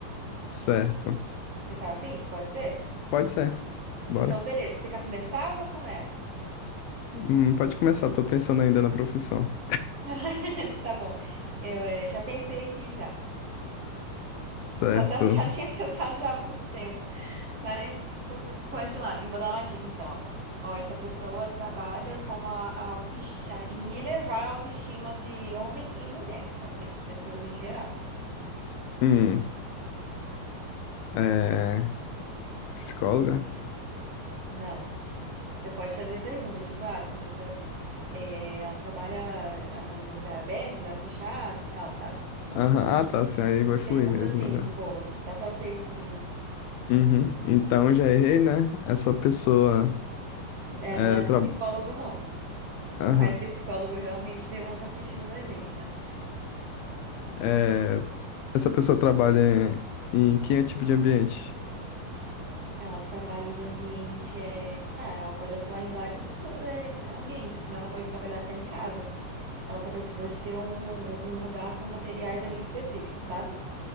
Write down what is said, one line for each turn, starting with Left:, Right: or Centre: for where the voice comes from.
Left: certo.
Right: Você tá afim? Pode ser?
Left: Pode ser. Bora.
Right: Então, beleza. Você quer começar ou eu começo?
Left: Hum, pode começar, tô pensando ainda na profissão.
Right: <laughs> Tá bom. Eu eh, já pensei aqui já.
Left: Certo.
Right: Já, tá, já tinha <laughs> pensado já há muito tempo. Mas eu- pode ir lá. E vou dar uma dica então, ó. Ó, essa pessoa trabalha como a, a autoesti- a- em elevar a autoestima de homem e mulher, assim, pessoas em geral.
Left: Hum, é. Psicóloga?
Right: Não. Você pode fazer perguntas, tipo, ah, essa pessoa eh, ela trabalha ah, em lugar aberto, lugar fechado e tal, sabe?
Left: Aham. Ah, tá, assim, aí
Right: Umas
Left: vai
Right: perguntas
Left: fluir mesmo,
Right: assim,
Left: olha.
Right: boa, só pra você ir descobrindo.
Left: Uhum. Então já errei, né? Essa pessoa.
Right: É,
Left: É,
Right: não é psicólogo,
Left: tra...
Right: não.
Left: Aham.
Right: Mas psicólogo realmente levanta a autoestima da gente, né?
Left: É, essa pessoa trabalha em que é tipo de ambiente?
Right: Ela trabalha em ambiente. É... Ah, ela pode atuar em vários é, ambientes, né? Ela pode trabalhar até em casa. Ela só precisa de ter um, um um lugar com os materiais ali específicos, sabe?